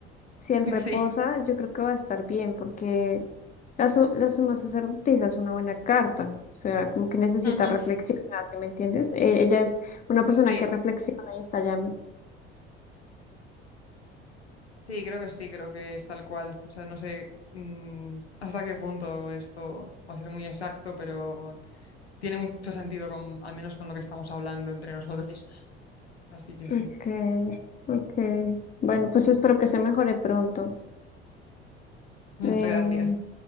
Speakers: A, on the left; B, on the left.
A: si él reposa,
B: sí,
A: yo creo que va a estar bien, porque la, su- la suma sacerdotisa es una buena carta, o sea, como que necesita
B: ujú,
A: reflexionar, ¿sí me entiendes? Eh, ella es una persona
B: Sí,
A: que reflexiona y está ya.
B: sí, creo que sí, creo que es tal cual. O sea, no sé mm, hasta qué punto esto va a ser muy exacto, pero tiene mucho sentido, con, al menos con lo que estamos hablando entre nosotros. <laughs> Así que sí.
A: Ok, ok. Bueno, pues espero que se mejore pronto.
B: Muchas
A: Em,
B: gracias.